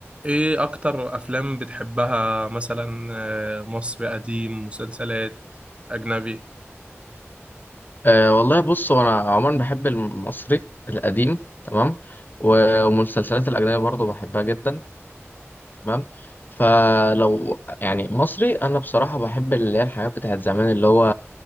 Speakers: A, on the right; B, on the left.
A: ايه اكتر افلام بتحبها مثلا آه، مصري قديم مسلسلات اجنبي
B: أه والله بص هو انا عموما بحب المصري القديم تمام و- والمسلسلات الاجنبيه برضو بحبها جدا تمام فلو يعني مصري انا بصراحه بحب اللي هي الحاجات بتاعت زمان اللي هو